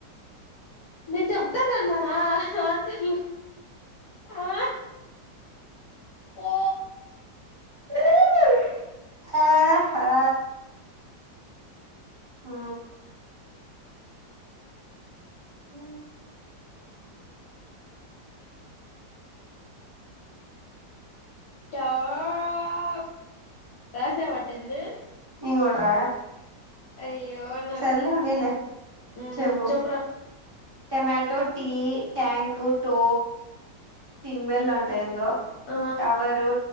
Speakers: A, on the left; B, on the right.
A: నేను చెప్తానన్నా ఆ తర్లు ఆ ఓ
B: ఒ ఆహా ఆ
A: ఆ టప్ రాసవాటేన్ను
B: ఇవి కూడా ర
A: అయ్యో నాకు
B: సర్లే ఉనిలే
A: ఉమ్,
B: చెప్పు
A: చెప్పురా
B: టమాటో టీ ట్యాంకు టో టింగ్బెల్ ఉంటా ఏందో
A: ఆ,
B: టవరు